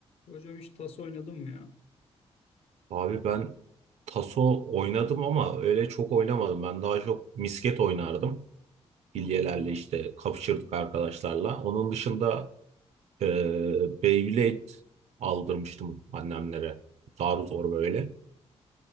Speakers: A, on the left; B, on the right.
A: Hocam hiç tas oynadım mı ya?
B: Abi ben taso oynadım ama öyle çok oynamadım. Ben daha çok misket oynardım. Bilyelerle
A: Hmm.
B: işte kapışırdık arkadaşlarla. Onun dışında e, Beyblade aldırmıştım annemlere. Zar zor böyle.